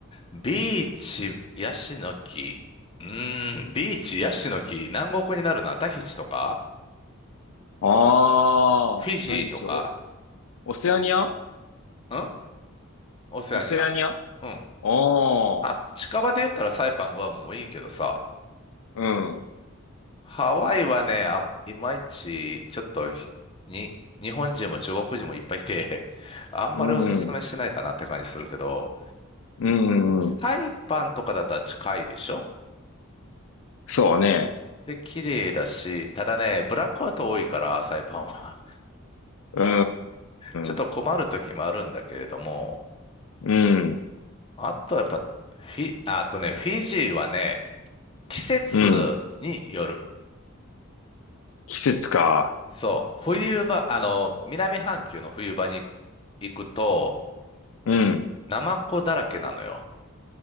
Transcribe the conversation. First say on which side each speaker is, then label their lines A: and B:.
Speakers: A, on the left (about 25°); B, on the left (about 75°).
A: ビーチ、ヤシの木。うーん、ビーチ、ヤシの木。南国になるなタヒチとか
B: ああ、
A: フィジーとか
B: 何しお、オセアニア
A: んオセアニア。
B: オセアニアあ
A: うん。
B: あ、
A: あ、近場で言ったらサイパン、グアムもいいけどさ。
B: うん、
A: ハワイはね、あん、いまいち、ちょっとひ、に、日本人も中国人もいっぱいいて、<laughs> あんまりおすすめしないかなって感じするけど、
B: うん、うん、うん、
A: サイパンとかだったら近いでしょ
B: そうね。
A: で、綺麗だし、ただね、ブラックアウト多いから、サイパンは。
B: うー
A: ちょっと困る時もあるんだけれども、
B: ん、うん、
A: あとはやっぱ、フィ、ああとね、フィジーはね、季節による。
B: うん。季節か。
A: そう、冬場、あの、南半球の冬場に行くと、
B: うん。
A: ナマコだらけなのよ、